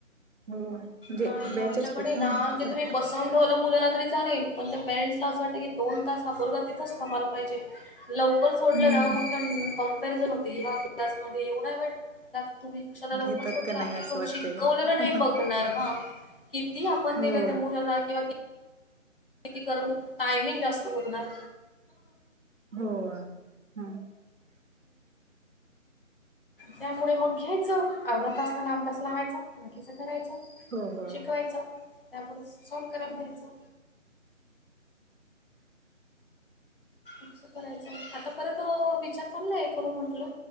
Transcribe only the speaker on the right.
हो.
बॅच
असतात
सारख
हम्म
घेतात
का नाही
असं वाटतंय
का
हो
हो. ह <inaudible>
हो हो